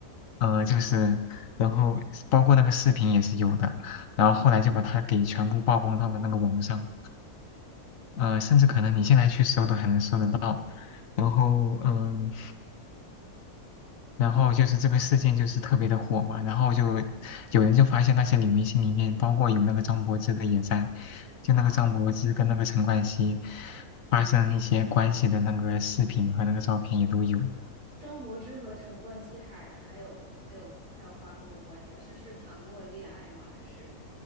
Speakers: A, on the left (about 65°); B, on the right (about 85°).
A: 呃，就是然后包括那个视频也是有的，然后后来就把它给全部曝光到了那个网上，呃，甚至可能你现在去搜都还能搜得到，然后嗯、然后就是这个事件就是特别的火嘛，然后就有人就发现那些女明星里面，包括有那个张柏芝的也在，就那个张柏芝跟那个陈冠希
B: 啊，
A: 发生一些关系的那个视频和那个照片也都有，
B: 张柏芝和陈冠希还还有还有还有发生过关系啊？是是谈过恋爱吗？还是